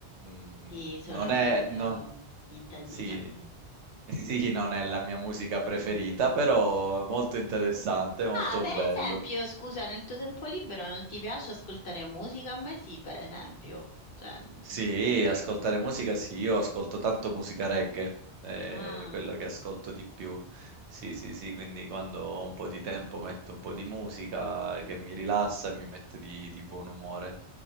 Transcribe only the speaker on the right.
Mm,
non è...
non-
Sì, <laughs> sì, non è la mia musica preferita, però è molto interessante, molto
bello.
Sì,
ascoltare musica sì, io ascolto tanto musica reggae, è
quello che ascolto di più. Sì, sì, sì, quindi quando ho un po' di tempo metto un po' di musica che mi rilassa e mi mette di, di buon umore.